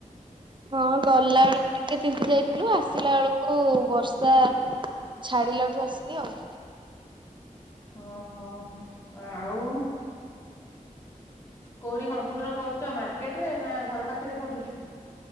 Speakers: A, on the right; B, on the left.
A: ହଁ ଗଲା ବେଳକୁ ଟିକେ ତିନ୍ତୀ ଯାଇଥିଲୁ ଆସିଲା ବେଳକୁ ବର୍ଷା ଛାଡିଲା ଠୁ ଆସିଲି ଆଉ।
B: ହଁ ହୋ ଆଉ। କୋଉଠି କମ୍ପ୍ୟୁଟର କରୁଚ ମାର୍କେଟ ରେ ନା ଘର ପାଖରେ କୋଉଠି।